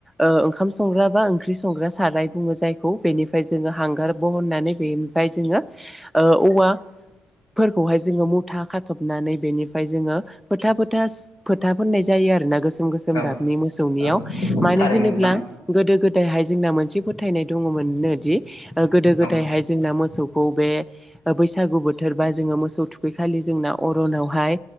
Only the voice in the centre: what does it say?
ओ ओंखाम स संग्रा बा ओंख्रि साराय बुङो जाय खौ बेनिफाय जोङो हांगार बहननानै बेनिफाय जोङो ओ औवा फोरखौहाय जोङो मुथा खाथबनानै बेनिफ्राय जोङो फोथा फोथास फोथा फोननाय जाय यो आरो ना गोस गोसोम गोसोम
गाबनि मोसौनियाव
मानो
होनोब्ला
गोदो गोदायहाय जोंना मोनसे फोथायनाय दङमोननो दि गोदो गोदायहाय
जोंना मोसौखौ बे ओ बैसागु बोथोर बा जों ङो मोसौ थुखैखालि जोंना अरनावहाय